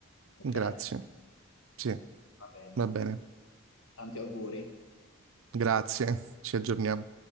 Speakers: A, on the left (about 70°); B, on the right (about 65°).
A: Ok?
B: Grazie. Sì,
A: Va bene,
B: va
A: allora.
B: bene.
A: Tanti auguri.
B: Grazie. Ci aggiorniamo.